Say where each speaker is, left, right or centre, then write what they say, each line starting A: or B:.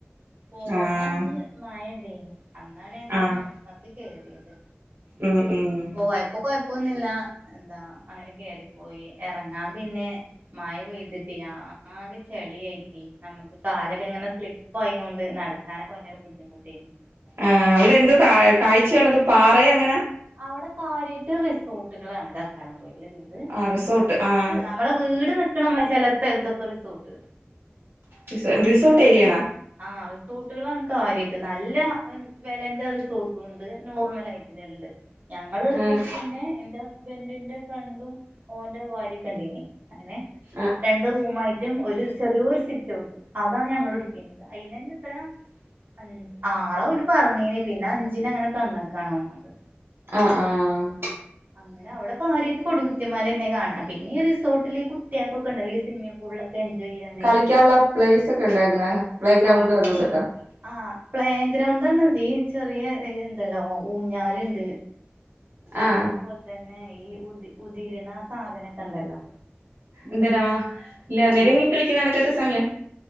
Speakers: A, on the right (about 45°); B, on the right (about 70°).
A: പോന്ന
B: ആഹ്
A: അന്ന് മഴയുണ്ടേനി അന്നാണ് ഞങ്ങൾ
B: ആഹ്
A: മലപ്പുറത്ത് കേറിയത്.
B: ഉം ഉം.
A: പോയപ്പോ കൊഴപ്പൊന്നുമില്ല എന്താ അങ്ങനെ കേയറിപ്പോയി ഇറങ്ങാൻ പിന്നെ. മഴ പെയ്തിട്ട് ആകെ ചെളിയായിട്ട് നമുക്ക് കാല്. ഇങ്ങനെ സ്ലിപ്പ് ആയിക്കൊണ്ട് നടക്കാനൊക്കെ ഭയങ്കര ബുദ്ധിമുട്ട് ആയിന്.
B: ആഹ് അവിടെ എന്തു കാ കാഴ്ച ഉള്ളത് പാറ അങ്ങനെ.
A: അവിടെ കാര്യാ ആയിട്ട് റിസോർട്ടുകളാണ് കക്കാടം പൊയ് കേലുള്ളത്
B: ആ റിസോർട്ട്
A: കുറച്ച്.
B: ആഹ്
A: ങ്ങടെ വീട് നിക്കണ മാതിരി ചില സ്ഥലത്തൊക്കെ റിസോർട്ട്.
B: റിസോ
A: അത്ര
B: റിസോർട്ട്
A: ഉണ്ട്.
B: ഏരിയാണാ
A: ആഹ് റിസോർട്ടുകളാണ് കാര്യായിട്ട് നല്ല വെലേന്റെ റിസോർട്ടും ഉണ്ട് നോർമൽ ആയിട്ടുള്ള ഉണ്ട്. ഞങ്ങൾ എടുത്തീനെ
B: ആഹ്
A: എന്റെ ഹസ്ബന്റിന്റെ ഫ്രണ്ടും ഓന്റെ ഭാര്യ ഒക്കെ ഉണ്ടെയിനി. അങ്ങനെ
B: ആഹ്
A: രണ്ട് റൂമാ ആയി ട്ടും ഒരു ചെറിയൊരു സിറ്റവുട്ടു അതാണ് ഞങ്ങൾ എടുത്തിന്നത് അയിന് ന്നെ എത്ര. അഞ്ച് ആറാ ഓല് പറഞ്ഞീന പിന്നെ അഞ്ചിന് അങ്ങനെ തന്ന്യ്ക്കാണ് തോന്നുണ്ട്.
B: ആഹ് ആഹ്.
A: അങ്ങനെ അവിടെ കാര്യായിട്ട് കൊട കുത്തിമല തന്നെ കാണാന് പിന്നെ റിസോർട്ടില് കുട്ടികക്കൊക്കെയുണ്ടല്ലോ സ്വിമ്മിംങ് പൂളില്. എൻജോയ് ചെയ്യാൻ.
B: കളിക്കാനുള്ള പ്ലേസ് ഒക്കെ ഉണ്ടായിരുന്നേ പ്ലേ ഗ്രൗണ്ടും
A: ആഹ്
B: അതു ഇതൊക്കെ?
A: ആഹ് പ്ലേ ഗ്രൗണ്ട് തന്നെ ഈ ചെറിയ ഇത് ഇണ്ടല്ലോ ഊഞ്ഞാലുണ്ട്. അതേപോലെ
B: ആഹ്
A: തന്നെ ഈ ഉതി ഉതിരുണ സാധനൊക്കെ ഉണ്ടല്ലോ.
B: എന്തരാ ഇല്ല
A: ആ
B: നെരങ്ങി കളിക്കുന്ന കണക്കാത്തെ സാധനയില്ലേ.